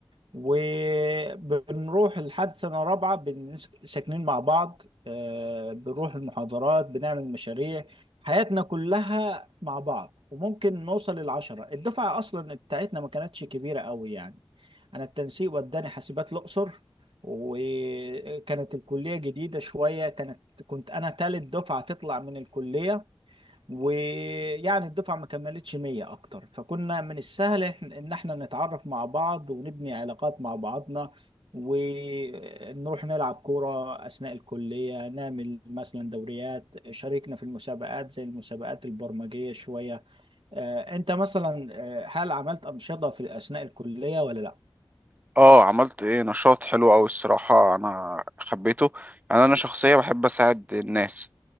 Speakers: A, on the right; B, on the right.
A: وبنروح لحد سنة رابعة بن- ساكنين مع بعض آه، بنروح المحاضرات بنعمل مشاريع حياتنا كلها مع بعض وممكن نوصل للعشرة الدفعة اصلا بتاعتنا ما كانتش كبيرة قوي يعني انا التنسيق وداني حاسبات الاقصر وكانت الكلية جديدة شوية كانت كنت انا تالت دفعة تطلع من الكلية ويعني الدفعة ما كملتش 100 أكتر فكنا من السهل إح- إن إحنا نتعرف مع بعض ونبني علاقات مع بعضنا ونروح نلعب كورة أثناء الكلية نعمل مثلا دوريات شاركنا في المسابقات زي المسابقات البرمجية شوية آه، أنت مثلا آه، هل عملت أنشطة في أثناء الكلية ولا لأ؟
B: اه عملت ايه نشاط حلو اوي الصراحة انا حبيته يعني انا شخصية بحب اساعد الناس